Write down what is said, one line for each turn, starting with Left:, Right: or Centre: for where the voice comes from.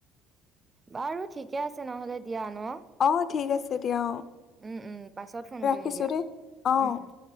Right: বাৰু ঠিকে আছে নহ'লে। তিয়া ন
Left: অ ঠিক আছে দিয়া অ।
Right: উম উম পাছত ফোন
Left: ৰাখিছো
Right: কৰিম দিয়া উম
Left: দেই অ
Right: উম